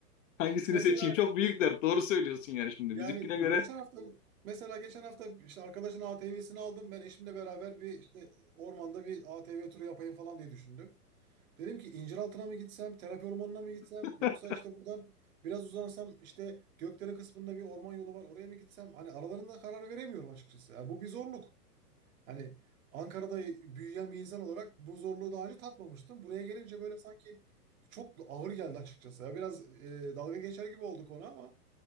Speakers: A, on the left (about 50°); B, on the right (about 55°).
A: hangisini
B: Şimdi mesela
A: seçeyim? Çok büyük dert. Doğru söylüyorsun yani şimdi
B: Yani
A: bizimkine göre.
B: geçen hafta mesela geçen hafta işte arkadaşın ATV'sini aldım. Ben eşimle beraber bir işte ormanda bir ATV turu yapayım falan diye düşündüm. Dedim ki İnciraltı'na mı gitsem, terapi ormanına mı gitsem
A: <laughs>
B: yoksa işte buradan biraz uzansam işte Gökdere kısmında bir orman yolu var oraya mı gitsem? Hani aralarında karar veremiyorum açıkçası. Yani bu bir zorluk. Hani Ankara'da büyüyen bir insan olarak bu zorluğu daha önce tatmamıştım. Buraya gelince böyle sanki çok ağır geldi açıkçası. Ya biraz e, dalga geçer gibi olduk ona ama